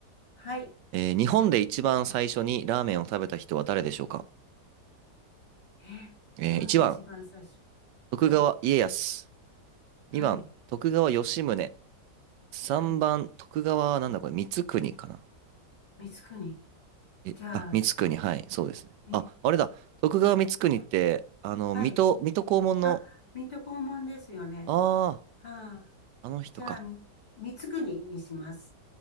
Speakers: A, on the left; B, on the right.
A: はい。
B: えー、日本で一番最初にラーメンを食べた人は誰でしょうか
A: え、
B: えー、
A: 日本で一番最初。
B: 1番、徳川家康。
A: はい。はい。
B: 2番、徳川吉宗。3番、
A: はい。
B: 徳川はなんだこれ、光圀かな。
A: 光圀。
B: え、
A: じゃあ、
B: あ、光圀、はい、そうですね。
A: み、
B: あ、あれだ、徳川光圀って、
A: あ、
B: あの、
A: はい。
B: 水戸、水戸黄門の、
A: あ、水戸黄門ですよね。
B: ああ、
A: はあ。
B: あの人か。
A: じゃあ、三つ国にします。